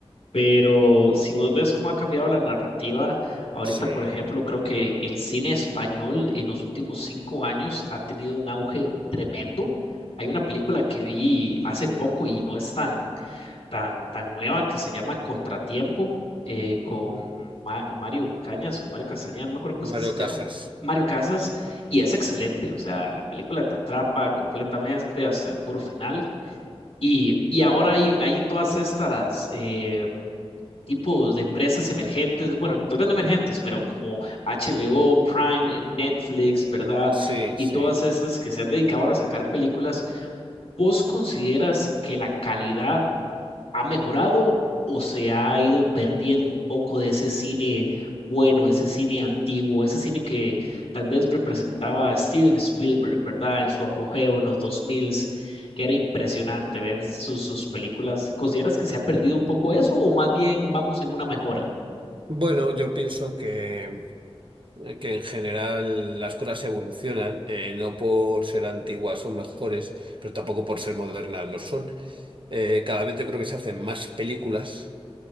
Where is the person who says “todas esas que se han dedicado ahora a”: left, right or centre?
Left